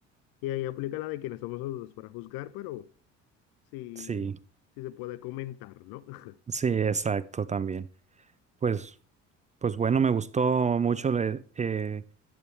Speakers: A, on the left; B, on the right.
A: y, y ahí aplica la de quienes somos nosotros para juzgar, pero sí,
B: Sí,
A: sí se puede comentar, ¿no? <laughs>
B: sí, exacto también. Pues. Pues bueno, me gustó mucho le- eh,